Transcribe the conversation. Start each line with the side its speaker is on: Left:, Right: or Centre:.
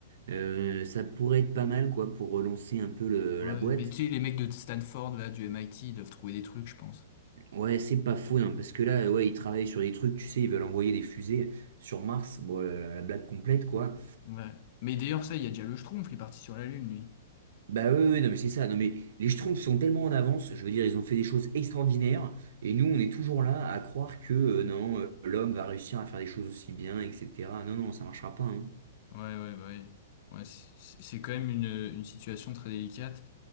Right: Euh, ça pourrait être pas mal quoi pour relancer un peu le-
Left: Ouais,
Right: la boîte.
Left: mais tu sais, les mecs de Stanford, là, du MIT, ils doivent trouver des trucs, je pense.
Right: Ouais, c'est pas faux hein, parce que là, euh, ouais, ils travaillent sur des trucs, tu sais, ils veulent envoyer des fusées sur Mars. Bon, euh, la, blague complète quoi.
Left: Ouais. Mais d'ailleurs, ça, il y a déjà le Schtroumpf qui est parti sur la Lune, lui.
Right: Bah ouais, ouais, non mais c'est ça. Non mais les Schtroumpfs sont tellement en avance. Je veux dire, ils ont fait des choses extraordinaires et nous, on est toujours là à croire que euh, non, euh, l'homme va réussir à faire des choses aussi bien, etc. Non non, ça marchera pas. hein.
Left: Ouais, ouais, bah oui. Ouais, c'est c'est- c'est quand même une, une situation très délicate.